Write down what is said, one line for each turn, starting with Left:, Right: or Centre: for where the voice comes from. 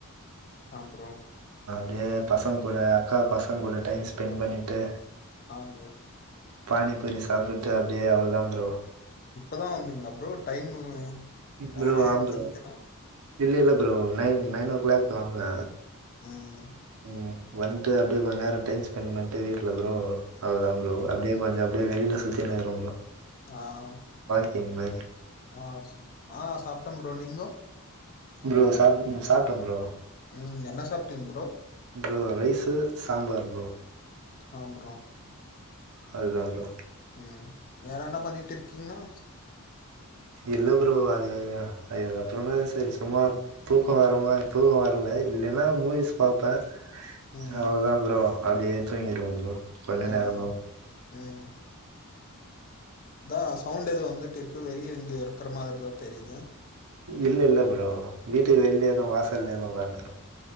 Left: ஆ ப்ரோ
Right: தெ பசங்க கூட அக்கா பசங்க கூட டைம் ஸ்பெண் பண்ணிட்டு
Left: ஆங்க
Right: பானிப்பூரி சாப்பிட்டு அப்படியே அவ்ளோதான் ப்ரோ
Left: இப்பதான் வந்தீங்கலா ப்ரோட் டைமு
Right: ப்ரோ
Left: லெவன் ஆயிருக்கு
Right: ஆம்ரோ
Left: நெனைக்கிறே
Right: இல்ல இல்ல bro nine nine o'clock தா வந்த
Left: உம்
Right: உம் வந்துட்டு அப்டியே கொஞ்ச நேரம் டைம் ஸ்பெண் பண்ட்டு வீட்டுல ப்ரோ அவ்ளோதா ப்ரோ
Left: ம்
Right: அப்டியே கொஞ்சம் ப்டியே வெளில சுத்தி கின்னுருக்க ரோ
Left: ஆஹ்
Right: ம்மதி
Left: ஆஹ் ஆஹ் சாப்ட்டம் ப்ரோ நீங்கோ
Right: ப்ரோ சாம் சாப்டன் ப்ரோ
Left: ம் என்ன சாப்டீங் bro
Right: bro rice sambar bro
Left: ஆம் ப்ரோ
Right: அதுதான் ப்ரோ
Left: ம் வேற என்ன பண்ணிட்டு இருக்கீங்னா
Right: இல்ல ப்ரோ அது அது அப்புறோமே சரி சும்மா தூக்கம் வரமா தூக்கம் வரல இல்லைன்னா மூவிஸ் பாப்பேன்
Left: ம்
Right: அவ்ளோதா ப்ரோ அப்டியே தூங்கிருவன் ப்ரோ கொஞ்ச
Left: ஆஹ்
Right: நேரந்தா ப்ரோ
Left: உம் தான் சவுண்ட் எதோ வந்துட்டு இருக்கு வெளிய எங்கே இருக்குற மாத்ரிதான் தெரியுது
Right: இல்ல இல்ல ப்ரோ வீட்டுக்கு வெள்லே தா வாசல்லே தா வன்ட்ட